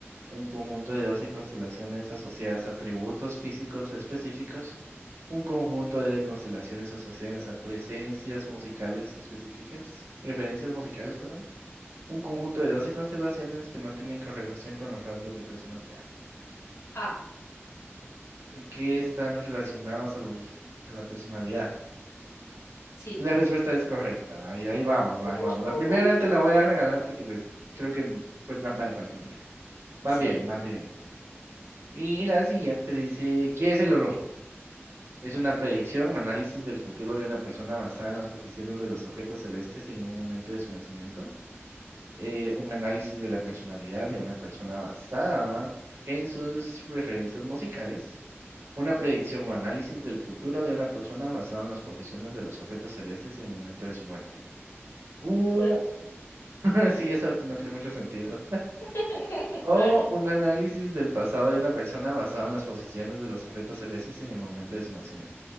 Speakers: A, on the right; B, on the left.
A: un conjunto de 12 constelaciones asociadas a atributos físicos específicos, un conjunto de constelaciones asociadas a presencias musicales específicas, preferencias musicales, perdón Un conjunto de 12 constelaciones que no tienen correlación con los rasgos de personalidad,
B: Ah,
A: eh, que están relacionados a los, a la personalidad.
B: sí.
A: Y la respuesta es correcta, va, y ahí vamos, va,
B: Uh,
A: ahí vamos. La primera te la voy a regalar porque pues creo que n- fue trampa de parte mía. Va
B: sí,
A: bien, va bien. Y la siguiente dice, ¿qué es el horóscopo? Es
B: ok.
A: una predicción, un análisis del futuro de una persona basada en las posiciones de los objetos celestes en un momento de su nacimiento. eh, un análisis de la personalidad de una persona basada en sus referencias musicales, una predicción o análisis del futuro de una persona basado en las posiciones de los objetos celestes en el momento de su muerte. Uh,
B: Cool.
A: <laughs> sí, esa sí no tiene mucho sentido.
B: <laughs>
A: O
B: Ahora,
A: un análisis del pasado de una persona basado en las posiciones de los objetos celestes en el momento de su nacimiento.